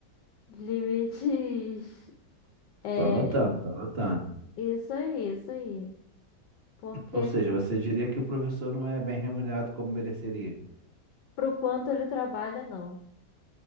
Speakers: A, on the left (about 80°); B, on the right (about 35°).
A: limites. <laughs> É,
B: Tô anotando, tô anotando.
A: isso aí, isso aí. Porque
B: Ou seja, você diria que o professor não é bem remunerado como mereceria.
A: pro quanto ele trabalha, não.